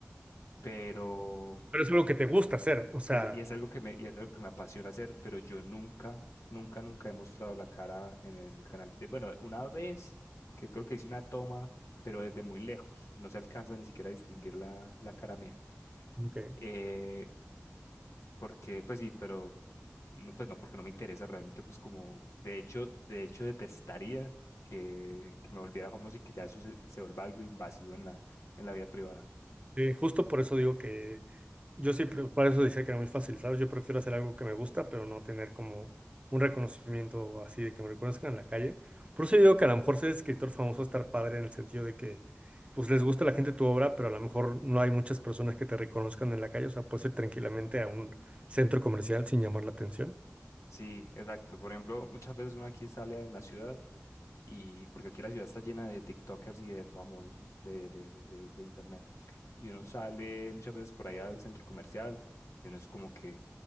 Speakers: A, on the left; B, on the right.
A: pero
B: Pero es algo que te gusta hacer, o sea,
A: pero y es algo que me, y es algo que me apasiona hacer, pero yo nunca, nunca, nunca he mostrado la cara en el canal. De, bueno, una vez que creo que hice una toma, pero desde muy lejos, no se alcanza ni siquiera a distinguir la, la cara mía.
B: ok.
A: Eh, porque, pues sí, pero no, pues no, porque no me interesa realmente, pues como, de hecho, de hecho detestaría que, que me volviera famoso y que ya eso se, se vuelva algo invasivo en la, en la vida privada.
B: Sí, justo por eso digo que yo sí, pre- por eso decía que era muy fácil, ¿sabes? Yo prefiero hacer algo que me gusta, pero no tener como un reconocimiento así de que me reconozcan en la calle. Por eso yo digo que a lo mejor ser escritor famoso estar padre en el sentido de que pues les gusta a la gente tu obra, pero a lo mejor no hay muchas personas que te reconozcan en la calle, o sea, puedes ir tranquilamente a un centro comercial sin llamar la atención.
A: Sí, exacto. Por ejemplo, muchas veces uno aquí sale en la ciudad y porque aquí la ciudad está llena de TikTokers y de famosos de, de, de, de internet. Y uno sale muchas veces por allá al centro comercial y uno es como que,